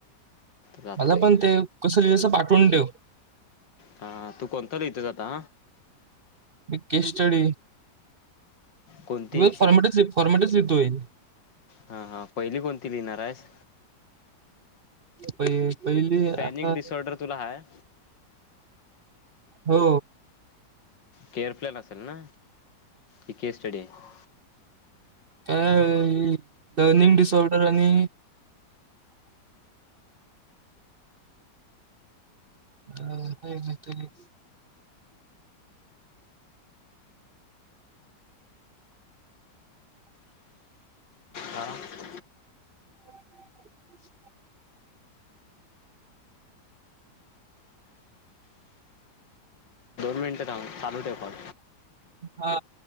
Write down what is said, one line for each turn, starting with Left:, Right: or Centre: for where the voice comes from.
Left: जातोय.
Right: मला पण ते कसं लिहिलेस पाठवून डेव
Left: हा तू कोणता लिहीतोयस आता?
Right: वी के स्टडी.
Left: कोणती?
Right: वीच फॉर्मेटिस, विथ फॉर्मेटिस. लिहितोय.
Left: हा-हा पहिली कोणती लिहिणार आहेस?
Right: पहि पहिली
Left: पॅनिक
Right: आता
Left: डिसऑर्डर तुला हाय.
Right: हो
Left: केअर प्लेन असेल ना. इ केे स्टडी आहे.
Right: काय ही लर्निंग डिसऑर्डर आणि हा काय नाही तरी
Left: हां
Right: <inaudible>
Left: मिंटं चालू ठेव कॉल.
Right: हा